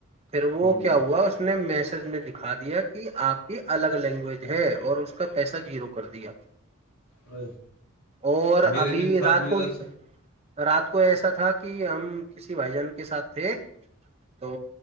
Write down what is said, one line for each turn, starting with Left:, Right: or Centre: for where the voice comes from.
Right: پھر وہ
Left: ہوں
Right: کیا ہوا اس نے میس نے دکھا دیا کہ آپ کی الگ لینگویج ہے اور اس کا پیسہ جیرو کر دیا
Left: ا
Right: اور
Left: میرے
Right: ابھی
Left: بھی سات
Right: رات
Left: بھی
Right: کو
Left: درک
Right: رات کو ایسا تھا کہ ہم کسی بھائی جان کے ساتھ تھے تو